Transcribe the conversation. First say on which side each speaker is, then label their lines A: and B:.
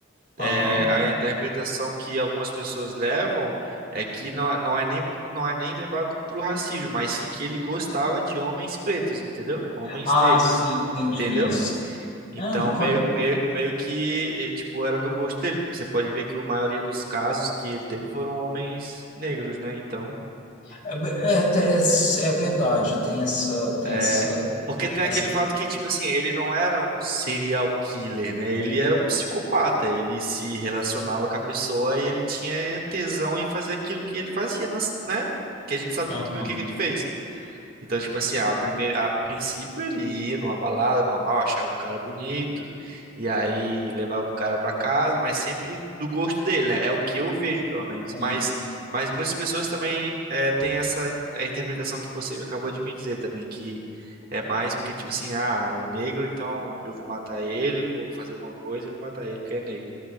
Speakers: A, on the right (about 50°); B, on the left (about 40°).
A: É,
B: Aham.
A: a interpretação que algumas pessoas levam é que não, não é nem, não é nem levado pro racismo, mas sim que ele gostava de homens pretos, entendeu? Homens
B: Ah,
A: negros,
B: sim, entendi
A: entendeu?
B: isso.
A: Então,
B: Ah,
A: meio,
B: pode...
A: meio, meio que, eh, tipo, era do gosto dele. Você pode ver que a maioria dos casos que ele teve foram homens negros, né? Então.
B: é, é, é verdade, tem essa, tem
A: É,
B: essa,
A: porque tem
B: tem
A: aquele
B: essa...
A: fato que, tipo assim, ele não era um serial killer, né? Ele era um psicopata. Ele se relacionava com a pessoa e ele tinha tesão em fazer aquilo que ele fazia, nas- né? Que a gente sabe
B: Aham,
A: muito bem o que que ele fez. Então, tipo assim, a, primeira, a princípio ele ia numa balada normal, achava o cara bonito, e aí levava o cara pra casa, mas sempre do gosto dele, né? É o que eu vejo, pelo menos.
B: entendi.
A: Mas, mas muitas pessoas também é, têm essa a interpretação que você acabou de me dizer também, que é mais porque, tipo assim, ah, é negro, então eu vou matar ele, vou fazer alguma coisa e vou matar ele porque é negro,